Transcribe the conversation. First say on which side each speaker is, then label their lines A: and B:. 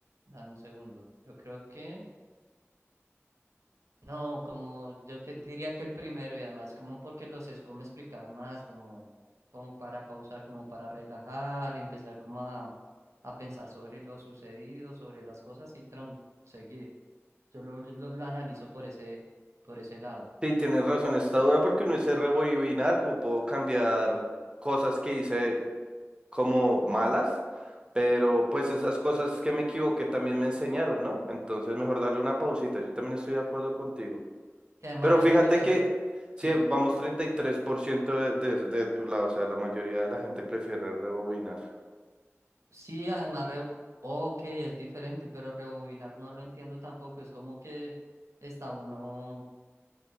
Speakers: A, on the right; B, on the right.
A: Dame un segundo. Yo creo que... No, como yo que- diría que el primero y además como porque los es como explicar más, como, como para pausar, como para relajar, empezar como a, a pensar sobre lo sucedido, sobre las cosas y tron, seguir. Yo lo, lo, lo analizo por ese, por ese lado.
B: Sí, tienes razón, está dura porque uno dice rebobinar, como puedo cambiar cosas que hice como malas, pero pues esas cosas que me equivoqué también me enseñaron, ¿no? Entonces mejor darle una pausita, yo también estoy de acuerdo contigo.
A: Y además
B: Pero
A: rebobinarlo.
B: fíjate que
A: Sí,
B: si vamos 33% de, de, de tu lado, o sea, la mayoría de la gente prefiere rebobinar.
A: sí, además... Re... Ok, es diferente, pero rebobinar no lo entiendo tampoco. Es como que está uno...